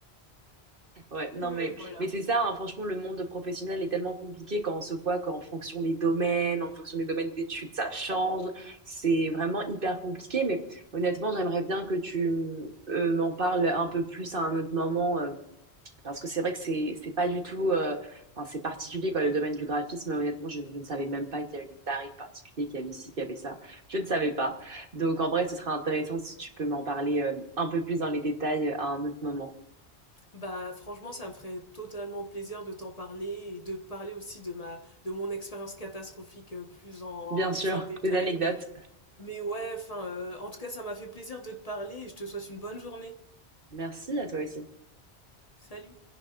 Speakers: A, on the right; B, on the left.
A: Ouais, non,
B: <laughs> Mais
A: mais,
B: voilà.
A: mais c'est ça, hein, franchement, le monde professionnel est tellement compliqué quand on se voit qu'en fonction des domaines, en fonction des domaines d'études, ça change. C'est vraiment hyper compliqué, mais honnêtement, j'aimerais bien que tu euh, m'en parles un peu plus à un autre moment, euh, parce que c'est vrai que c'est, c'est pas du tout, euh, enfin, c'est particulier, quoi, le domaine du graphisme. Honnêtement, je, je ne savais même pas qu'il y avait des tarifs particuliers, qu'il y avait ci, qu'il y avait ça. Je ne savais pas. Donc, en vrai, ce serait intéressant si tu peux m'en parler euh, un peu plus dans les détails euh, à un autre moment.
B: Bah franchement, ça me ferait totalement plaisir de t'en parler et de te parler aussi de ma de mon expérience catastrophique euh, plus en
A: Bien
B: plus
A: sûr,
B: en détail.
A: des anecdotes.
B: Mais ouais, enfin, euh, en tout cas, ça m'a fait plaisir de te parler et je te souhaite une bonne journée.
A: Merci à toi aussi.
B: Salut!